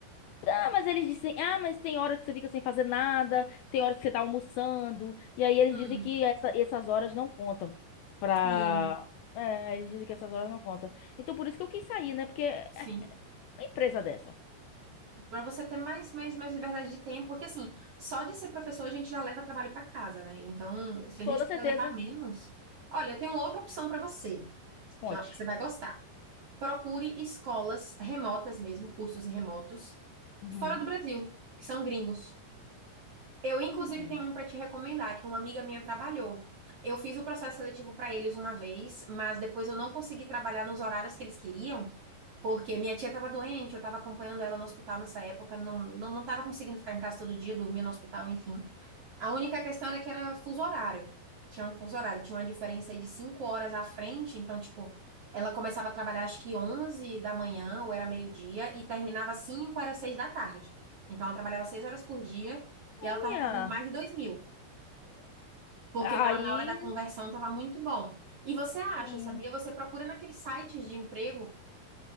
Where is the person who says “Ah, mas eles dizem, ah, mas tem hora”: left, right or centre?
Left